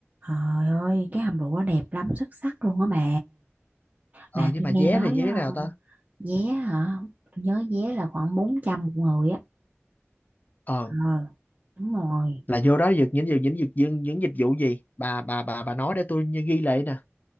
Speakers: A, on the right; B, on the left.
A: trời ơi, cái hầm rượu nó đẹp lắm, xuất sắc luôn á mà.
B: ờ
A: Mà
B: nhưng
A: tôi
B: mà
A: nghe
B: vé
A: nói
B: thì như thế nào
A: ờ,
B: ta
A: vé hả? Tôi nhớ vé là khoảng 400 một người á.
B: ờ
A: Ờ, đúng rồi.
B: là vô đó được những những những những những, những dịch vụ gì bà bà bà bà nói để tôi như ghi lại nè